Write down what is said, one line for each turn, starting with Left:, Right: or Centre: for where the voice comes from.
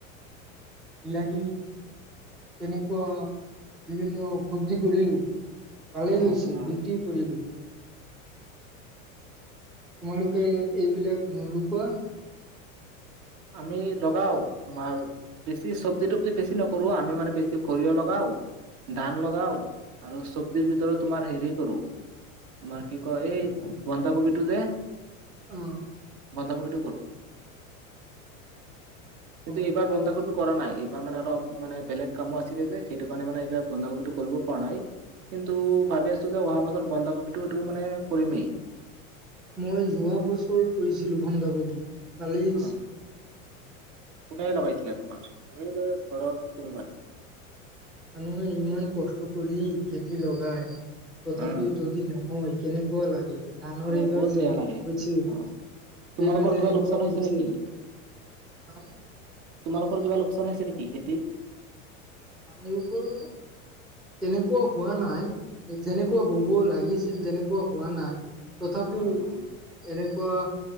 Centre: বিলাহী তেনেকুৱা বিভিন্ন চব্জি কৰিলোঁ। ভালেই
Right: অ
Centre: হৈছে,
Right: অ
Centre: বিক্ৰীও কৰিলোঁ। তোমালোক কে এইবিলাক নোলগোৱা?
Right: আমি লগাও, তোমাৰ বেছি চব্জি-তব্জি বেছি নকৰোঁ, আমি মানে বেছি সৰিয়হ লগাওঁ ধান লগাও, আৰু চব্জিৰ ভিতৰত তোমাৰ হেৰি কৰোঁ তোমাৰ কি কয়, এই বন্ধাকবি টো যে।
Centre: উম।
Right: বন্ধাকবিটো কৰোঁ। কিন্তু,
Centre: অ
Right: এইবাৰ বন্ধা কবি টো কৰা নাই, এইবাৰ মানে অলপ মানে বেলেগ কামো আছিলে যে, সেইটো কাৰণে মানে এইবাৰ বন্ধাকবিটো কৰিব পৰা নাই। কিন্তু, ভাবি আছোঁ যে, অহা বছৰ বন্ধাকবিটো এইটো মানে কৰিমেই।
Centre: মই যোৱা বছৰ কৰিছিলোঁ বন্ধাকবি, ভালেই হৈছিল।
Right: অ কোনে লগাইছিলে তোমাৰ, তুমি নে ঘৰত কোনোবাই?
Centre: মানুহে ইমান কষ্ট কৰি খেতি লগায়, তথাপিও
Right: অ
Centre: যদি নহয়? কেনেকুৱা লাগে? ধানৰ
Right: অ
Centre: এইবাৰ
Right: বহুত
Centre: যে
Right: বেয়া লাগে
Centre: হৈছে,
Right: অ তোমালোকৰ
Centre: এইবাৰ যে
Right: কিবা
Centre: এনেকুৱা
Right: লোকচান
Centre: হৈছে
Right: নেকি
Centre: <unintelligible>
Right: তোমালোকৰ কিবা লোকচান হৈছে নেকি খেতিত?
Centre: <unintelligible> তেনেকুৱা হোৱা নাই, যেনেকুৱা হ'ব লাগিছিল, তেনেকুৱা হোৱা নাই। তথাপিও
Right: অ অ
Centre: এনেকুৱা